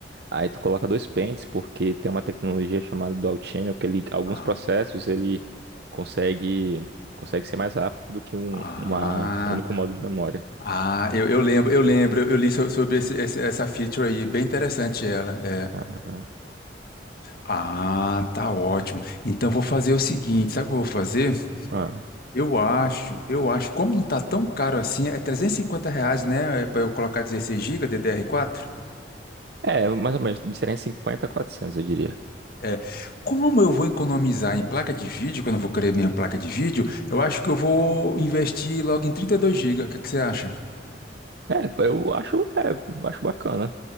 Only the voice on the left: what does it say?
Ah,
ah,
ah, eu, eu lembro, eu lembro, eu li so- sobre esse- esse- essa feature aí, bem interessante ela. é.
Ah, tá ótimo. Então vou fazer o seguinte, sabe o que eu vou fazer?
Eu acho, eu acho, como não tá tão caro assim, é 350 reais, né, para eu colocar 16 GB DDR4?
É, como eu vou economizar em placa de vídeo, quando eu vou querer minha placa de vídeo, eu acho que eu vou investir logo em trinta e dois GB. O que é que você acha?